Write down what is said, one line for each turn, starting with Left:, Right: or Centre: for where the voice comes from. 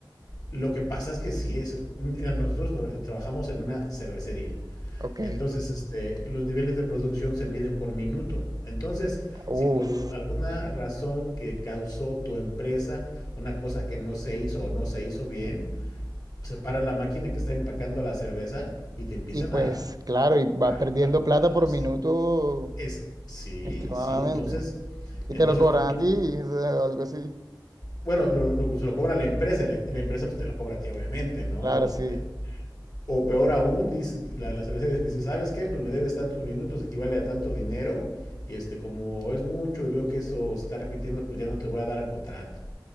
Left: Lo que pasa es que sí es. mira, nosotros tra- trabajamos en una cervecería.
Right: ok.
Left: Entonces, este, los niveles de producción se miden por minuto. Entonces,
Right: Uf.
Left: si por alguna razón que causó tu empresa una cosa que no se hizo o no se hizo bien, se para la máquina que está empacando la cerveza y te empiezan
Right: Y pues,
Left: a,
Right: claro, y va
Left: a,
Right: perdiendo
Left: a cuidar,
Right: plata por
Left: ¿sí?
Right: minuto
Left: Es, sí,
Right: extremadamente.
Left: sí, entonces,
Right: Y
Left: entonces
Right: te lo cobran
Left: tú, tú,
Right: a ti, <laughs> o sea, o algo así.
Left: bueno, lo, lo, lo- se lo cobra la empresa y la, la empresa pues te lo cobra a ti, obviamente, ¿no?
Right: Claro,
Left: Este,
Right: sí.
Left: O peor aún, dice, la, la cervecería dice, ¿sabes qué? Pues me debes tantos minutos, equivale a tanto dinero, y este, como es mucho y veo que eso está repitiendo, pues ya no te voy a dar el contrato.